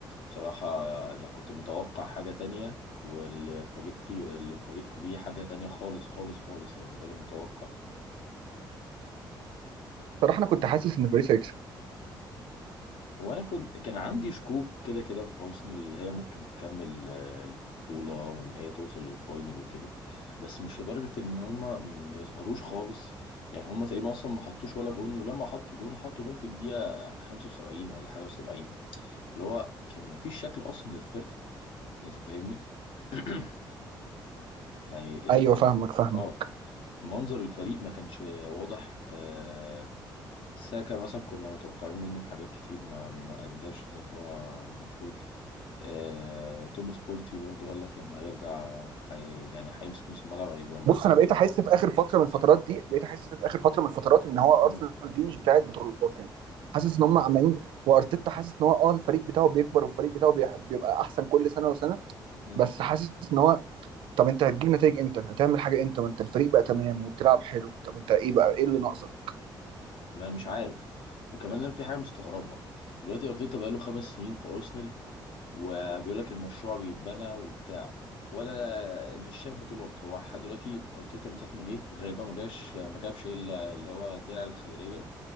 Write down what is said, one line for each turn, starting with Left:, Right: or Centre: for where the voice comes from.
Left: بصراحه انا كنت متوقع حاجه تانية واللي فاجئتي اللي فاجئت بيه حاجه تانية خالص خالص خالص يعني غير المتوقع
Right: صراحه انا كنت حاسس ان باريس هيكسب
Left: هو انا كنت كان عندي شكوك كده كده في ارسنال اللي هي ممكن تكمل آه، البطوله وان هي توصل للفاينل وكده بس مش لدرجه ان هما ما يظهروش خالص يعني هما تقريبا اصلا ما حطوش ولا جون ولما حطوا جون حطوا جون في الدقيقه 75 ولا حاجه و70 اللي هو كان ما فيش شكل اصلا للفرقه انت فاهمني <clears throat> يعني ال
Right: ايوه
Left: ال
Right: فاهمك فاهمك
Left: اه منظر الفريق ما كانش واضح آه ساكا مثلا كنا متوقعين منه حاجات كتير ما ما اداش زي ما هو المفروض آه توماس بورتي برضه قال لك لما يرجع حي... يعني هيمسك نص الملعب هيبقى منظر
Right: بص انا بقيت
Left: كويس
Right: احس في اخر فتره من الفترات دي بقيت احس في اخر فتره من الفترات ان هو
Left: امم
Right: ارسنال دي مش بتاعه بطولات يعني حاسس ان هم عمالين وارتيتا حاسس ان هو اه الفريق بتاعه بيكبر والفريق بتاعه بيح- بيبقى احسن كل سنه وسنه
Left: امم
Right: بس حاسس ان هو طب انت هتجيب نتائج امتى هتعمل حاجه امتى وانت الفريق بقى تمام وبتلعب حلو طب انت ايه بقى ايه اللي ناقصك
Left: ما انا مش عارف وكمان انا في حاجه مستغربها دلوقتي ارتيتا بقاله خمس سنين في ارسنال وبيقول لك المشروع بيتبنى وبتاع ولا مش شاف بطولات هو لحد دلوقتي ارتيتا من ساعه ما جه غالبا ما جاش ما جابش الا اللي هو الدرع الخيريه